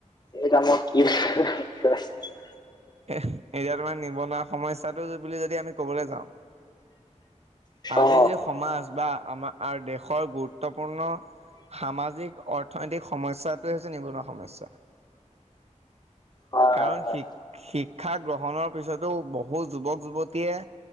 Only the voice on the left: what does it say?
এই কামত কি <unintelligible>
অ
হয়
হয় হয়